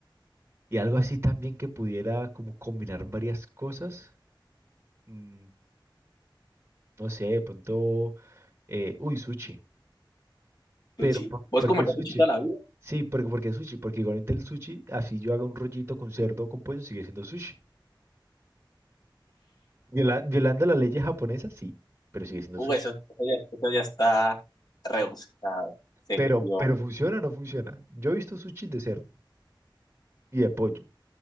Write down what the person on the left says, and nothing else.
¿Sushi?
¿Vos
comerías
sushi toda la vida?
Uh,
eso, eso ya, eso ya está rebuscado, según
yo.